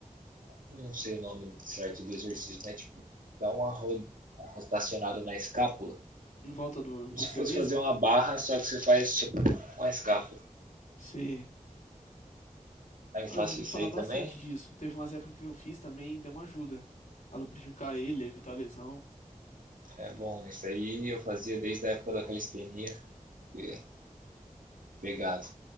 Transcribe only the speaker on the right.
não sei o nome certo do exercício, mas tipo, dá uma, ro uma rotacionada na escápula,
como
se fosse
fazer uma barra, só que você faz com a escápula.
Aí eu faço
isso
aí
também.
É bom, isso aí eu fazia desde a época da calistenia, que é pegado.